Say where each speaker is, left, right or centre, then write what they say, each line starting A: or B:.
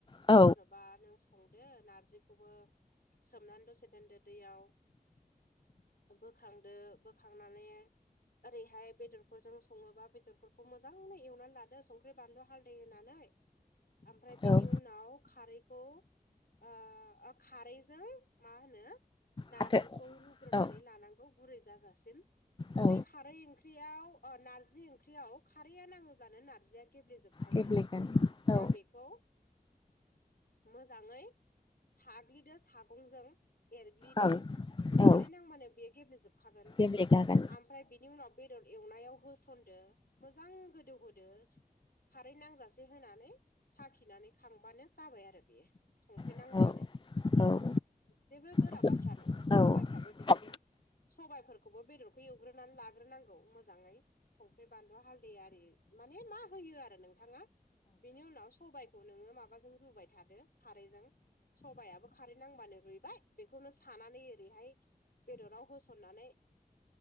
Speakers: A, on the left (about 30°); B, on the left (about 75°).
A: औ
B: जेन बा नों संदो नारजिखौबो सोमनानै दसे दोनदो दैयाव। बोखांदो बोखांनानै ओरैहाय बेदरफोरजों सङोबा बेदरफोरखौ मोजाङै एवनानै लादो संख्रि बानलु हालदै होनानै ओमफ्राय बिनि
A: औ
B: उनाव खारैखौ ओ ओ खारैजों मा होनो नारजिखौ
A: हाथो
B: रुग्रोनानै
A: औ
B: लानांगौ गुरै जाजासिम जुदि
A: औ
B: खारै ओंख्रियाव अ नारजि ओंख्रियाव खारैया नाङोब्लानो नारजिया गेब्लेेजोब खायो
A: गेब्लेगोन औ
B: दा बेखौ मोजाङै साग्लिदो सागंजों एरग्लिदो
A: औ औ
B: खारै नांबानो बेयो गेब्लेेजोबखागोन
A: <unintelligible>
B: आमफ्राय बिनि उनाव बेदर एवनायाव होसनदो मोजां गोदौहोदो खारै नांजासे होनानै साखिनानै खांबानो जाबाय आरो बेयो संख्रि
A: औ
B: नांब्लानो
A: औ औ
B: जेबो गोरा
A: औ
B: बाथ्रा नङा
A: ओं
B: सबाइफ्राबो बिदिनो
A: औ
B: सबायाइफोरखौबो बेदर खौ एवग्रोनानै लाग्रोनांगौ मोजाङै। संख्रि बानलु हालदै आरि माने मा होयो आरो नोंथाङा बेनि उनाव सबाइखौ नोङो माबाजों रुबाय थादो खारैजों सबायाबो खारै नांबानो रुइबाय बेखौनो सानानै ओरैहाय बेदराव होसननानै